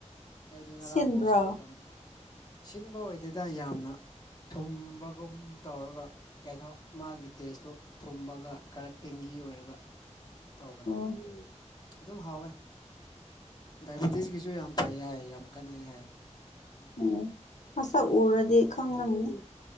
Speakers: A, on the left; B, on the left.
A: ꯑꯩꯗꯤ ꯉꯔꯥꯡ
B: ꯁꯤꯟꯕ꯭ꯔꯣ
A: ꯕꯣꯜ ꯁꯥꯅꯐꯝ ꯁꯤꯟꯕ ꯑꯣꯏꯗꯦꯗ ꯌꯥꯝꯅ ꯊꯨꯝꯕꯒꯨꯝ ꯇꯧꯔꯒ ꯀꯩꯅꯣ ꯃꯥꯒꯤ ꯇꯦꯁꯇꯨ ꯊꯨꯝꯃꯒ ꯈꯔ ꯇꯦꯡꯒꯤ ꯑꯣꯏꯔꯒ ꯇꯧꯕꯅꯦ
B: ꯎꯝ
A: ꯑꯗꯨꯝ ꯍꯥꯎꯋꯦ ꯗꯥꯏꯕꯤꯇꯤꯁꯀꯤꯁꯨ ꯌꯥꯝ ꯐꯩ ꯍꯥꯏ ꯌꯥꯝ ꯀꯥꯟꯅꯩ ꯍꯥꯏ
B: ꯎꯝ ꯃꯁꯛ ꯎꯔꯗꯤ ꯈꯪꯒꯅꯤ